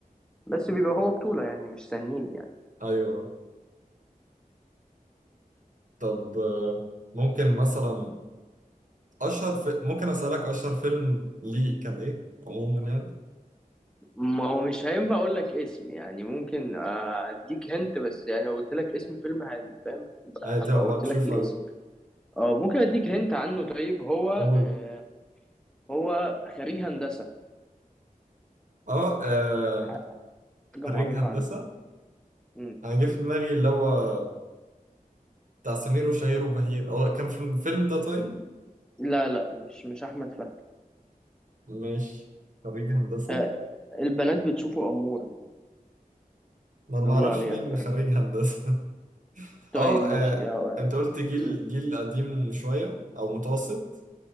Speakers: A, in the centre; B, on the right (about 60°).
A: بس بيبقى هو بطولة يعني مش سنيد يعني
B: أيوه طب آه، ممكن مثلا أشهر في... ممكن أسألك أشهر فيلم ليه كان إيه عموما يعني
A: ما هو مش هينفع اقول لك اسم يعني ممكن آه، اديك هنت بس يعني لو قلت لك اسم فيلم هن- فاهم هتبقى
B: أيوة تبقى
A: هبقى
B: مكشوف
A: قلت لك الاسم
B: أوي
A: اه ممكن اديك هنت عنه طيب هو
B: قول
A: آه، هو خريج هندسة
B: أه آه،
A: حاجة
B: خريج
A: معروفة
B: هندسة
A: عنه يعني. مم.
B: أنا جه في دماغي اللي هو بتاع سمير وشهير وبهير هو كان في الفيلم ده طيب
A: لا لا مش مش أحمد فهمي
B: ماشي خريج هندسة
A: آه، البنات بتشوفه أمور
B: أنا
A: بيقولوا
B: ما أعرفش
A: عليه
B: مين
A: أتراكتيف
B: خريج هندسة
A: طيب
B: اه
A: ماشي
B: آه،
A: آه،
B: انت قلت جيل
A: مم.
B: جيل قديم شوية او متوسط